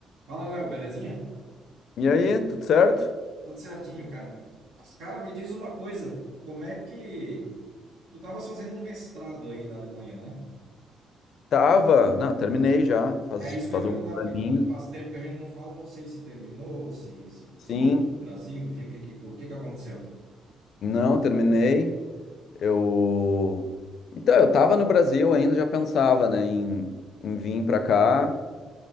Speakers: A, on the right; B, on the left.
A: Fala, Léo, belezinha?
B: E aí, tudo certo?
A: Tudo certinho, cara. Cara, me diz uma coisa, como é que tu estavas fazendo um mestrado aí na Alemanha, né?
B: Tava. Não, terminei já, faz,
A: É isso
B: faz
A: que eu ia perguntar,
B: alguns
A: porque
B: aninhos.
A: como faz tempo que a gente não fala, não sei se terminou, se, se,
B: Sim,
A: se voltou pro Brasil, enfim, o que que, o que que aconteceu?
B: não, terminei. Eu. Então, eu tava no Brasil ainda, já pensava, né, em, em vir pra cá,